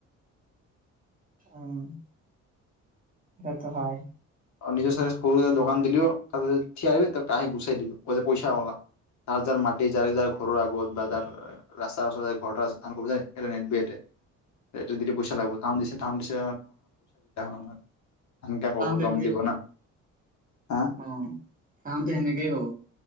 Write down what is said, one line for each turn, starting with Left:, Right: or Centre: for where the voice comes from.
Right: উম সেটো হয়।
Left: নিজৰ চাইডত সৰু দোকান দিলেও তাতে থিয় দিবি তাই গুচাই দিব কইছে যে পইচা ওলা তাৰ যাৰ মাটি যাৰ যাৰ ঘৰৰ আগত বা যাৰ ৰাস্তাত ওচত ঘৰ তা <unintelligible> নেবেতে। এটোদি পইচা লাগিব তা। এটা কাম দিছে <unintelligible> এনকে ক'ব।
Right: তেনকে
Left: দম দিব
Right: অ
Left: না হা
Right: অ কামটো সেনেকে হব।